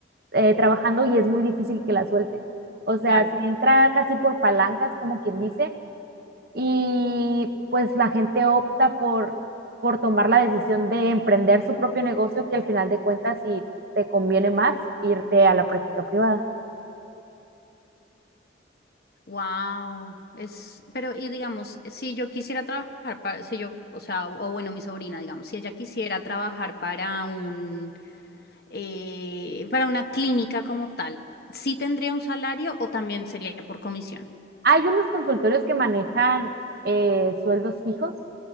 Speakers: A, on the right (about 50°); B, on the left (about 50°).
A: eh, trabajando y es muy difícil que la suelten. O sea,
B: claro.
A: se entra casi por palancas, como quien dice, y pues la gente opta por, por tomar la decisión de emprender su propio negocio, que al final de cuentas, si te conviene más, irte a la práctica privada.
B: Wow. Es, pero, y digamos, si yo quisiera trabajar para, si yo, o sea, o o bueno, mi sobrina, digamos, si ella quisiera trabajar para un, eh, para una clínica como tal, ¿sí tendría un salario o también sería por comisión?
A: Hay unos consultorios que manejan eh, sueldos fijos,